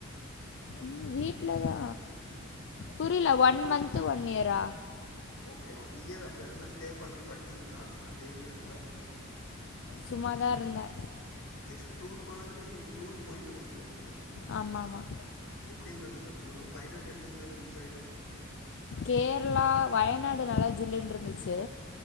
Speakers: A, on the left; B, on the left.
A: ம் வீட்ல தா புரில
B: ஓகே
A: ஒன்
B: வீட்ல
A: மன்த்து ஒன் இயரா
B: ஓகே ஓ இயர் அப்டி என்னன்னா ஸ்டே பண்ணி படிச்சிங்கா அந்த ஏரியாங்ல
A: சும்மாதா
B: ம்
A: இருந்தே
B: ஜஸ்ட் டூர் மாதிரி டூர் போய்ட்டு வந்துட்டீங்க
A: ஆமாம் ஆமாம்
B: எப்டி இருந்துதுங்க டூரு க்ளைமேட் எப்டி இருந்தது அந்த சைடு
A: கேர்ளா வயநாடு நல்ல ஜில்லுனு இருந்துச்சு